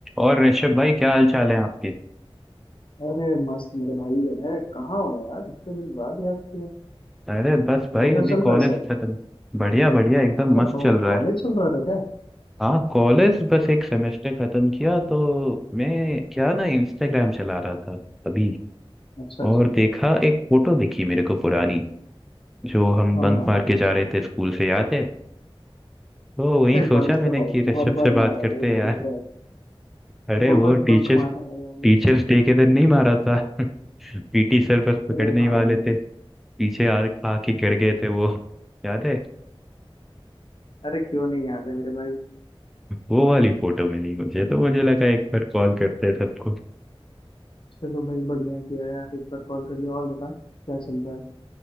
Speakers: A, in the centre; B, on the left.
A: और ऋषभ भाई क्या हाल चाल है आपके
B: अरे मस्त मेरे भाई अब है कहाँ हो यार इतने दिन बाद याद किया
A: अरे बस भाई
B: कैसा
A: अभी
B: चल रहा
A: कॉलेज
B: है सब
A: खत्म बढ़िया बढ़िया एकदम
B: अच्छा
A: मस्त
B: को-
A: चल रहा
B: कॉलेज
A: है
B: चल रहा था क्या
A: हाँ कॉलेज बस एक सेमेस्टर खत्म किया तो मैं क्या ना इंस्टाग्राम चला रहा था अभी
B: अच्छा अच्छा
A: और देखा एक फोटो दिखी मेरे को पुरानी जो हम
B: हाँ
A: बंक
B: हाँ
A: मार के जा रहे थे स्कूल से याद है तो वही
B: अरे
A: सोचा
B: बंक
A: मैंने
B: तो बहुत
A: कि ऋषभ
B: बहुत बार
A: से बात
B: मारा है
A: करते
B: भाई
A: हैं
B: बहुत
A: यार
B: बार
A: अरे
B: बहुत
A: वो टीचर्स
B: बंक मारा है भाई हमने
A: टीचर्स
B: तो।
A: डे के दिन नहीं मारा था पीटी सर बस पकड़ने
B: अरे हाँ
A: ही वाले थे पीछे आ आके गिर गए थे वो याद है
B: अरे क्यों नहीं याद है मेरे भाई
A: वो वाली फोटो मिली मुझे तो मुझे लगा एक बार कॉल करते हैं सबको
B: चलो भाई बढ़िया किया यार एक बार कॉल कर लिया और बता क्या चल रहा है